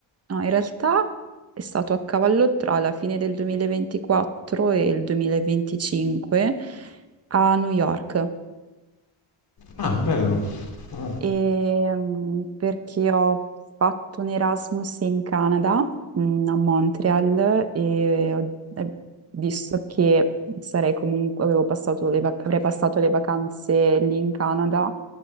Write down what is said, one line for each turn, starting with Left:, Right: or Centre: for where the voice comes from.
Right: no, in realtà è stato a cavallo tra la fine del 2024 e il 2025 a New York.
Left: Ah, bello. Ah.
Right: Ehm, perché ho fatto un Erasmus in Canada, mm, a Montreal, e ho- e visto che sarei comunque, avevo passato le vac- avrei passato le vacanze lì in Canada,